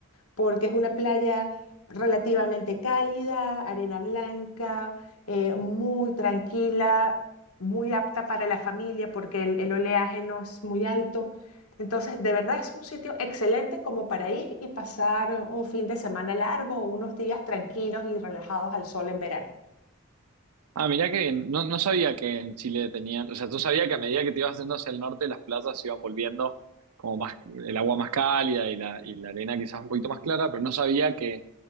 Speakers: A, on the left; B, on the right.
A: porque es una playa relativamente cálida, arena blanca, eh, muy tranquila, muy apta para la familia porque el, el oleaje no es muy alto. Entonces, de verdad es un sitio excelente como para ir y pasar un fin de semana largo o unos días tranquilos y relajados al sol en verano.
B: Ah, mirá que bien. No, no sabía que en Chile tenían, o sea, tú sabías que a medida que te ibas yendo hacia el norte, las playas se iban volviendo como más, el agua más cálida y la, y la arena quizás un poquito más clara, pero no sabía que,